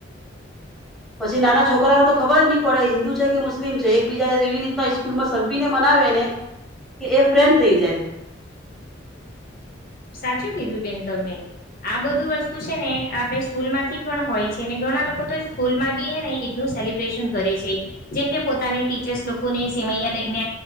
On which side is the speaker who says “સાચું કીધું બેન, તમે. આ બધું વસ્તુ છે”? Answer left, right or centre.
Left